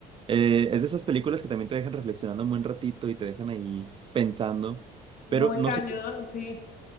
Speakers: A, on the right (about 30°); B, on the left (about 55°).
A: eh, es de esas películas que también te dejan reflexionando un buen ratito y te dejan ahí pensando.
B: Muy
A: Pero no
B: cañón,
A: sé si
B: sí.